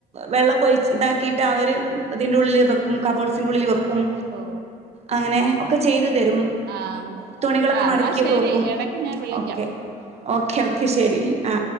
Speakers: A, on the right; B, on the right.
A: വെള്ളൊക്കൊഴ് ച്ച് ഇതാക്കിട്ട് അവർ ഇതിന്റെ ഉള്ളിൽ വെക്കും കബോർഡ്സിന്റെ ഉള്ളില് വെക്കും
B: ഓ
A: അങ്ങനെ ഒക്കെ ചെയ്തു തരും
B: ആ
A: തുണികളൊക്കെ
B: ആ
A: മടക്കിയൊക്കെ
B: എന്നാ ശരി
A: വെക്കും
B: ഇടക്ക് ഞാൻ വിളിക്കാം
A: ഓക്കെ ഓക്കെ ഓക്കെ ശരി ആ